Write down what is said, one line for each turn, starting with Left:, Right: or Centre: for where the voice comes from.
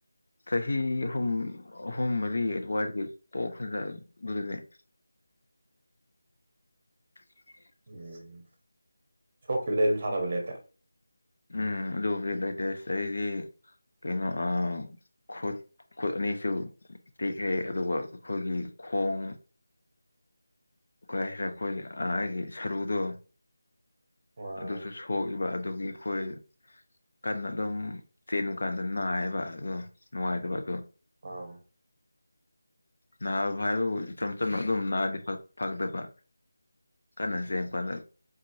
Left: ꯆꯍꯤ ꯑꯍꯨꯝ ꯑꯍꯨꯝ ꯃꯔꯤ ꯑꯦ ꯋꯥꯏ ꯄꯣꯛ <unintelligible> <unintelligible> <inaudible>
Right: ꯎꯝ ꯁꯣꯛꯈꯤꯕꯗꯩ ꯑꯗꯨꯝ ꯁꯥꯟꯅꯕ ꯂꯦꯞꯄꯦ
Left: ꯎꯝ ꯑꯗꯨꯕꯒꯤ <unintelligible> ꯀꯇꯦꯁꯗꯤ ꯀꯩꯅꯣ ꯈꯨꯠ ꯈꯨꯠ ꯑꯅꯤꯁꯨ ꯇꯦꯛꯈ꯭ꯔꯦ ꯑꯗꯨꯒ ꯑꯩꯈꯣꯏꯒꯤ ꯈꯣꯡ ꯀꯩ ꯍꯥꯢꯁꯤꯔꯥ ꯑꯩꯈꯣꯏ ꯑꯩꯒꯤ ꯁꯔꯨꯗꯣ
Right: ꯑꯣ
Left: ꯑꯗꯨꯁꯨ ꯁꯣꯛꯏꯕ ꯑꯗꯨꯒꯤ ꯑꯩꯈꯣꯏ ꯀꯟꯅ ꯑꯗꯨꯝ ꯆꯦꯟꯕꯀꯥꯟꯗ ꯅꯥꯏꯌꯦꯕ ꯑꯗꯣ ꯅꯨꯡꯉꯥꯏꯇꯕ ꯑꯗꯣ
Right: ꯑꯣ
Left: ꯅꯥꯕ ꯍꯥꯏꯕꯕꯨ ꯏꯆꯝ ꯆꯝꯅ ꯑꯗꯨꯝ ꯅꯥꯔꯗꯤ ꯐꯒꯗꯕ ꯀꯟꯅ ꯆꯦꯟꯕꯗ